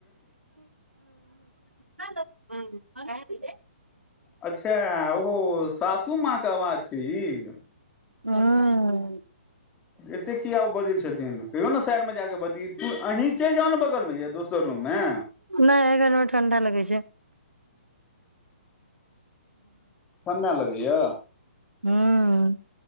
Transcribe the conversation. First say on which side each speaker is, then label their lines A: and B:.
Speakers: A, on the right; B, on the left.
A: <unintelligible> आ <inaudible>
B: अच्छा ओहो सासू माँ क आवाज छैय ई
A: हँ
B: एते कियाब ओ बजैत छथिन कहियो ने शयड मे जाकऽ बती तू अहीं चलि जाउ ने बगलमे या दोसर रूम मे
A: नहि एघरमे ठण्डा लगै छै
B: ठण्डा लगैय
A: हूं